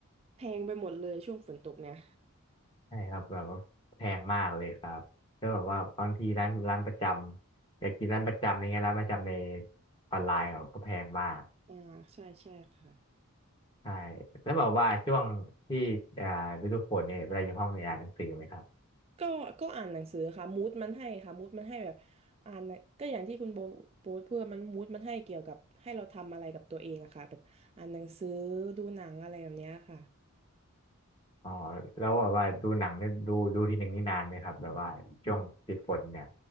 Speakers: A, on the right; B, on the left.
A: แพงไปหมดเลยช่วงฝนตกเนี่ย
B: ใช่ครับแบบว่าแพงมากเลยครับแล้วแบบว่าบางทีร้านร้านประจำอยากกินร้านประจำอะไรเงี้ยร้านประจำในออนไลน์เขาก็แพงมาก
A: อ่าใช่ใช่ค่ะ
B: ใช่แล้วแบบว่าช่วงที่อ่าฤดูฝนเนี่ยเวลาอยู่ห้องเนี่ยอ่านหนังสือไหมครับ
A: ก็ก็อ่านหนังสือค่ะมูดมันให้ค่ะมูดมันให้แบบอ่านหนังก็อย่างที่คุณโบโพสต์เพื่อมันมูดมันให้เกี่ยวกับให้เราทำอะไรกับตัวเองอะค่ะแบบอ่านหนังสือดูหนังอะไรแบบเนี้ยค่ะ
B: อ๋อแล้วแบบว่าดูหนังเนี่ยดูดูทีหนึ่งนี่นานไหมครับแบบว่าช่วงติดฝนเนี่ย